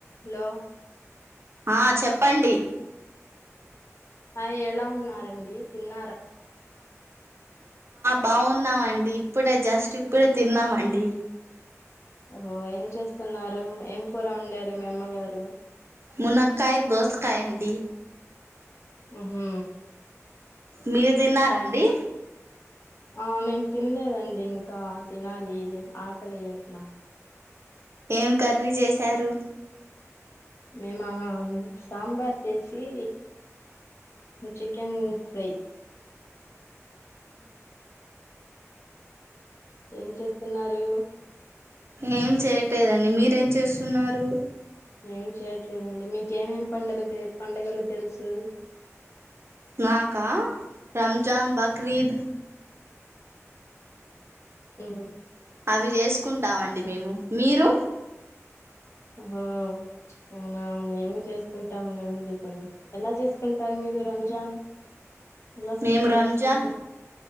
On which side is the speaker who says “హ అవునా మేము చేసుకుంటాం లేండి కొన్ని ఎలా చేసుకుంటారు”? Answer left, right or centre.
Left